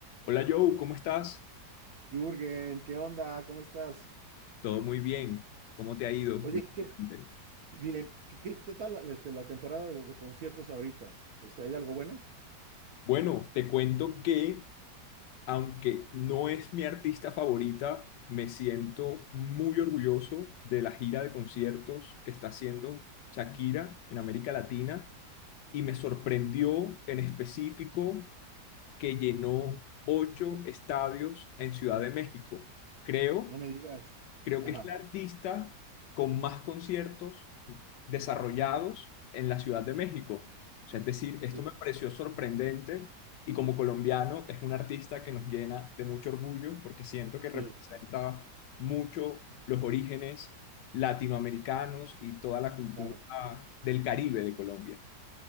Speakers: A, on the left (about 85°); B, on the right (about 60°).
A: Hola Joe, ¿cómo estás?
B: Jürgen, ¿qué onda? ¿Cómo estás?
A: Todo muy bien. ¿Cómo te ha ido últimamente?
B: Oye, ¿qué, qué- bien, ¿qué, qué- qué tal este, la temporada de, de conciertos ahorita? Este, ¿hay algo bueno?
A: Bueno, te cuento que aunque no es mi artista favorita, me siento muy orgulloso de la gira de conciertos que está haciendo Shakira en América Latina y me sorprendió en específico que llenó ocho estadios en Ciudad de México. Creo
B: No me digas.
A: Creo
B: Ajá,
A: que es la artista con más conciertos desarrollados en la Ciudad de México. O sea, es decir, esto
B: sí,
A: me pareció sorprendente y como colombiano es un artista que nos llena de mucho orgullo porque siento que representa
B: sí,
A: mucho los orígenes latinoamericanos y toda la cultura
B: claro.
A: del Caribe de Colombia.